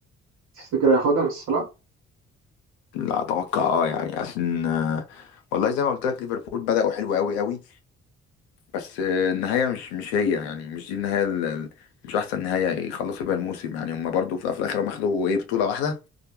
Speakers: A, on the right; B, on the left.
A: تفتكر هياخدها من صلاح؟
B: لا اتوقع اه يعني عشان آه، والله زي ما قلت لك ليفربول بدأوا حلو قوي قوي بس آه، النهايه مش مش هي يعني مش دي النهايه ال- ال- مش احسن نهايه يخلصوا بيها الموسم يعني هم برضه في في الاخر هم اخدوا ايه بطوله واحده